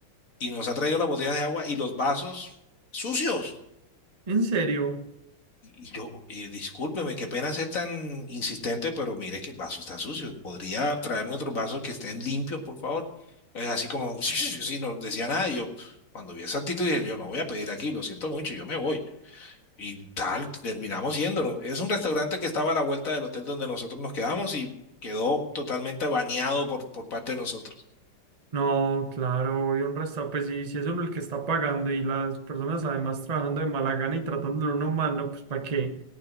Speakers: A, on the left; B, on the right.
A: Y nos ha traído las botellas de agua y los vasos sucios.
B: En serio.
A: Y y yo, eh, discúlpeme, qué pena ser tan insistente, pero mire que el vaso está sucio. ¿Podría traerme otros vasos que estén limpios, por favor? Es así como, <laughs> sí, sí, sí, sí, no decía nada. Y yo, cuando vi esa actitud, dije, yo no voy a pedir aquí, lo siento mucho, yo me voy. Y tal, terminamos yéndonos. Es un restaurante que estaba a la vuelta del hotel donde nosotros nos quedamos y quedó totalmente baneado por, por parte de nosotros.
B: No, claro, y un restaurante, pues sí, si es uno el que está pagando y las personas además trabajando de mala gana y tratándolo uno mal, no, pues para qué,